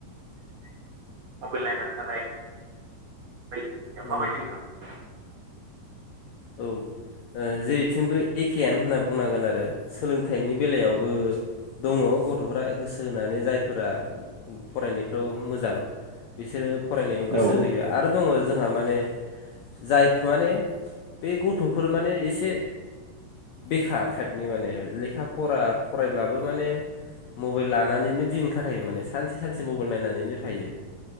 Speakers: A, on the right; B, on the left.
A: <inaudible> मबेल नायनानै थानाय बायदि
B: औ
A: <unintelligible> माबायदि नोंथां
B: औ ओ जेरैथिंबो एखेयानो होनना बुंनांगोन आरो सोलोंथाइनि बेलायावबो दङ गथ'फ्रा गोसो होनानै जायफोरा फरायनायफ्राव मोजां। बिसोरो फरायनायाव गोसो
A: औ
B: होयो आरो दङ जोंहा माने जाय माने बे गथ'फोर माने एसे बेखार टाइपनि माने लेखा फरा फरायब्लाबो माने मबेल लानानैनो दिन खाथायो माने सानसे सानसे मबेल नायनानैनो थायो।